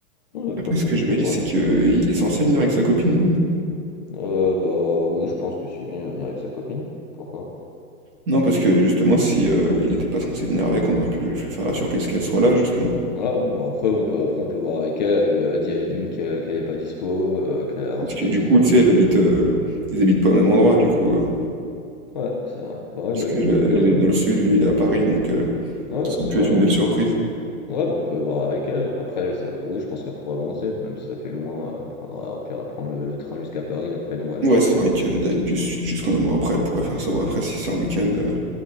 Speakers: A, on the left (about 30°); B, on the right (about 35°).
A: Non, on a
B: Après,
A: de quoi s'occuper,
B: ce que je me dis,
A: faut.
B: c'est que euh, il est
A: Non,
B: censé
A: dis-moi.
B: venir avec sa copine, Edoun.
A: Euh, bah oui, je pense que Sylvie va venir avec sa copine. Pourquoi?
B: Non, parce que justement, si euh, il était pas censé venir avec, on aurait pu lui faire la surprise qu'elle soit là, justement.
A: Ah oui, bon après on peut après on peut voir avec elle, elle, elle dit à Edwin qu'elle qu'elle est pas dispo, euh, qu'elle a un
B: Parce
A: truc
B: que
A: avec
B: du
A: sa
B: coup,
A: famille,
B: tu sais, elle habite, euh, ils habitent pas au même endroit, du coup, euh,
A: Ouais, c'est vrai. Bah oui,
B: parce
A: bah,
B: qu'elle,
A: on
B: euh,
A: peut lui dire
B: elle est
A: oui.
B: dans le sud, lui, il est à Paris, donc. euh,
A: Ouais, ouais,
B: Ça
A: c'est
B: aurait pu
A: vrai.
B: être une
A: bah,
B: belle surprise.
A: ouais, bah, on peut voir avec elle. Après, elle, ça, oui, je pense qu'elle pourra avancer, même si ça fait loin. euh, Elle prendra, au pire, elle prend le, le train jusqu'à Paris. Après, nous, on va la
B: Ouais,
A: chercher
B: c'est vrai
A: en voiture.
B: que d'aller du sud jusqu'en Ambour, après, elle pourrait faire ça. Bon, après, si c'est un week-end, euh,